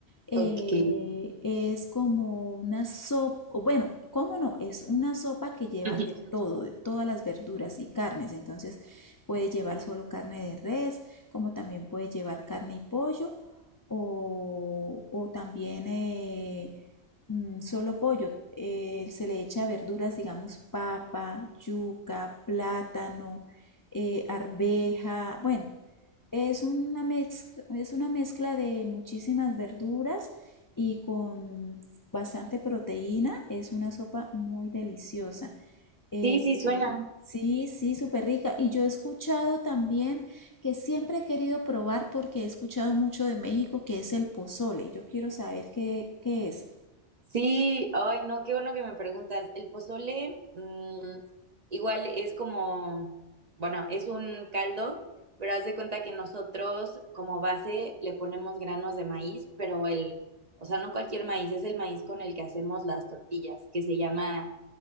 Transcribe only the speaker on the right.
ok.
<laughs>
Sí, sí, suena.
Sí, ay, no, qué bueno que me preguntas. El pozole, mm, igual es como, bueno, es un caldo, pero haz de cuenta que nosotros como base le ponemos granos de maíz, pero el, o sea, no cualquier maíz, es el maíz con el que hacemos las tortillas, que se llama,